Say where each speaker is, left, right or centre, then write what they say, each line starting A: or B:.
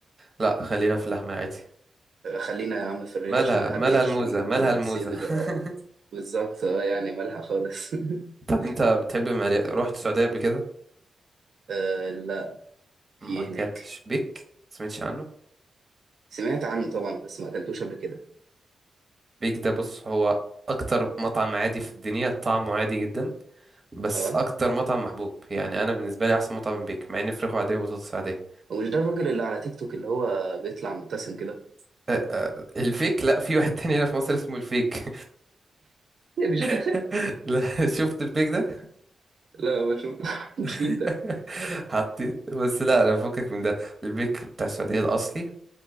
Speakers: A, on the right; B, on the right.
A: لا خلينا في اللحمة العادي
B: خلينا يا عم في الريش
A: مالها
B: مالها
A: مالها
B: الريش
A: الموزة
B: بيجيبوها
A: مالها
B: من
A: الموزة
B: الصدر
A: <laughs>
B: اه بالظبط اه يعني مالها خالص <laughs>
A: طب انت بتحب المقليات رحت السعودية قبل كده
B: آه لا في
A: ما
B: ايه
A: اكلتش
B: هناك
A: بيك سمعتش عنه
B: سمعت عنه طبعا بس ما اكلتوش قبل كده
A: بيك ده بص هو اكتر مطعم عادي في الدنيا طعمه عادي جدا بس
B: اه
A: اكتر مطعم محبوب يعني انا بالنسبة لي احسن مطعم من بيك مع ان فراخه عادية وبطاطس عادية
B: ومش ده الراجل اللي على تيك توك اللي هو بيطلع مبتسم كده <laughs>
A: أه، أه، الفيك لا في واحد تاني هنا في مصر اسمه الفيك
B: إيه مش
A: <laughs>
B: ده <laughs>
A: لا شفت البيك ده
B: لا ما شفتوش
A: <laughs>
B: <laughs> مين ده
A: حطيت بس لا انا فكك من ده البيك بتاع السعودية الاصلي